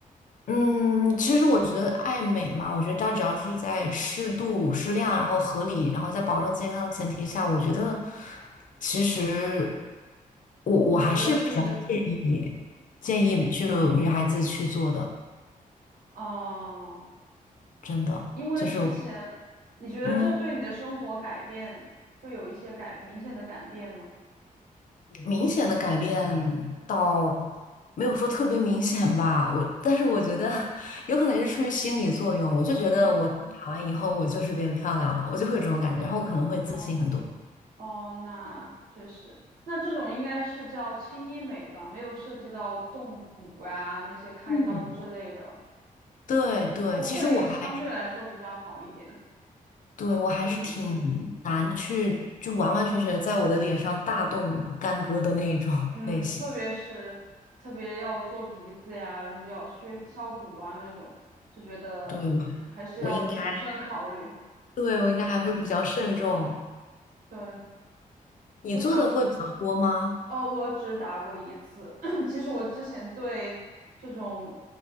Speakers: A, on the left (about 60°); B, on the right (about 70°).
A: 嗯，其实我觉得爱美嘛，我觉得它只要是在适度、适量，然后合理，然后在保证健康的前提下，我觉得其实我我还是比较建议建议就女孩子去做的，
B: 你觉得是，嗯、
A: 真的就是
B: 因为之前你觉得这对你的生活改变会有一些改明显的改变吗？
A: 嗯，明显的改变倒没有说特别明显吧，我但是我觉得 <laughs> 有可能是出于心理作用，我就觉得我打完以后我就是变漂亮了，
B: 嗯，
A: 我就会有这种感觉，然后我可能会自信很多。
B: 哦。哦，那确实，那这种应该是叫轻医美吧，没有涉及到动骨啊那些开刀之类的，
A: 嗯。对对，
B: 就会相对来说比较好一点。
A: 其实我还是对我还是挺
B: 我嗯
A: 难去就完完全全在我的脸上大动干戈的那种
B: 嗯，
A: <laughs> 类型。
B: 特别是特别要做鼻子呀，然后要削削骨啊那种，就觉得还是要谨慎考虑。
A: 对，我应该，对我应该还会比较慎重。
B: 嗯，嗯，对，
A: 你做的会比较多吗？
B: 我想哦，我只打过一次。<clears throat> 其实我之前对这种